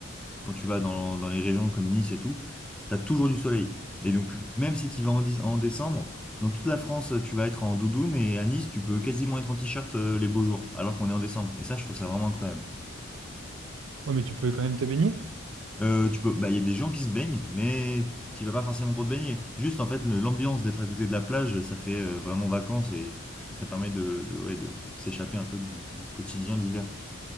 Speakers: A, in the centre; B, on the right.
A: quand tu vas dans, dans les régions comme Nice et tout, tu as toujours du soleil. Et donc, même si tu vas en, dis- en décembre, dans toute la France, tu vas être en doudoune et à Nice, tu peux quasiment être en t-shirt euh, les beaux jours, alors qu'on est en décembre. Et ça, je trouve ça vraiment incroyable.
B: Ouais, mais tu peux quand même te baigner.
A: Euh, tu peux, bah, il y a des gens qui se baignent, mais tu vas pas forcément pour te baigner. Juste, en fait, le- l'ambiance d'être à côté de la plage, ça fait euh, vraiment vacances et ça permet de, de, ouais, de s'échapper un peu du, du quotidien d'hiver.